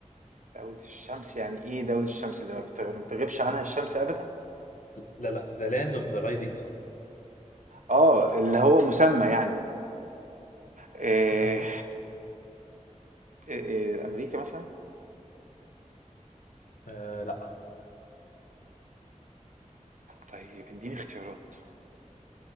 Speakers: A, on the right; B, on the left.
A: دولة الشمس يعني إيه دولة الشمس اللي ما بتغ-
B: م-
A: ما بتغيبش
B: م-
A: عنها الشمس أبدا؟
B: لا لا The Land of the Rising Sun
A: آه اللي هو مسمى يعني إيه
B: أيوه
A: إيه أمريكا مثلا؟
B: آه، لا
A: طيب إديني اختيارات